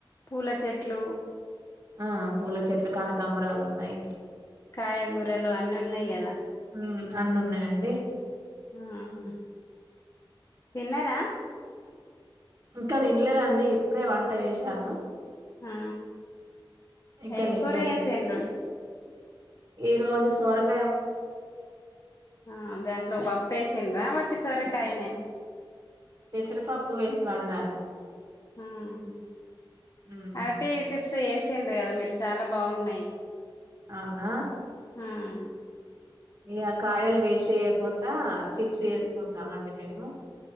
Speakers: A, on the left; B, on the right.
A: పూల చెట్లు
B: ఆ పూల చెట్లు కనకాంబరాలు ఉన్నాయి
A: కాయగూరలు అన్నీ ఉన్నాయి కదా
B: మ్మ్ అన్ని ఉన్నాయండి
A: హ్మ్ తిన్నార
B: ఇంకా తిన్లేదండి ఇప్పుడే వంట చేసాను
A: ఆ
B: ఇంకా
A: ఏం
B: తినలేదు.
A: కూర చేసిండ్రు
B: ఈరోజు సొరక
A: ఆ దాంట్లో పప్పేసిండ్ర వట్ ట్ సొరకాయ
B: పెసరపప్పు వేసి వండాను
A: మ్మ్
B: హ్మ్.
A: అంటే చిప్స్ ఏ చిండ్రు కదా మీరు చాలా బాగున్నాయి
B: అవునా
A: ఉమ్
B: ఇగ కాయలు వేసి చేయకుండా చిప్స్ వేసుకుంటామండి మేము